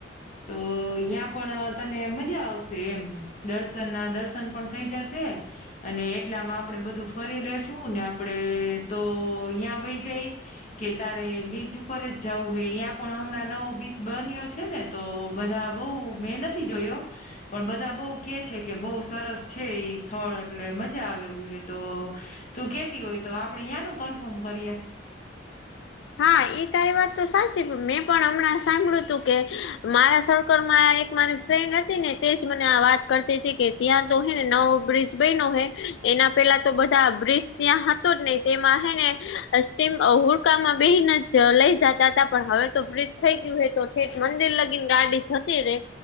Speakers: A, on the left (about 40°); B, on the left (about 75°).
A: તો આયિયા પણ તને મજા આવશે એમ દર્શન ના દર્શન પણ થઈ જશે. અને એટલામાં આપડે બધું ફરી લસું ને આપડે તો અહીં વહી જાય. કે તારે બીચ ઉપર જ જવું હ અ્યાં પણ હમણાં નવો બીચ બન્યો છે ને. તો બધા બઉ મેં નથી જોયો. પણ બધા બઉ કે છે કે બહુ સરસ છે એ સ્થળ એટલે મજા આવેવું છે તો. તું કેતી હોય તો આપડે યાંનું કન્ફર્મ કરીએ.
B: હા એ તારી વાત તો સાચી મેં પણ હમણાં સાંભળ્યું તું કે મારા સર્કલ માં એક મારી ફ્રેન્ડ હતી ને તેજ મને આ વાત કરતી તી કે ત્યાં તો હે ને નવો બ્રિજ બયનો હે એના પેલા તો બધા બ્રિજ ત્યાં હતો જ નઈ તેમાં હે ને અસ્ટીમ હુંરકામાં બેને જ લઈ જતા હતા પણ હવે તો બ્રિજ થઈ ગયું હ તો ઠેઠ મંદિર લગીને ગાડી જતી રે.